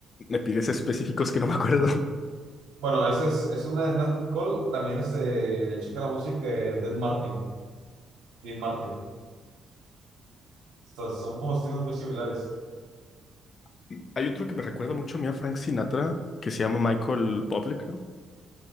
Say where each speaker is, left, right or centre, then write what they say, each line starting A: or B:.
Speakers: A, on the left (about 45°); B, on the right (about 80°).
A: me pides específicos que no me acuerdo.
B: Bueno, esa es, es una de Nat King Cole, también es de, checa la música de Dean Martin, Dean Martin. Estos son como estilos muy similares.
A: <laughs> Hay otro que me recuerda mucho a mí a Frank Sinatra, que se llama Michael Bublé, creo.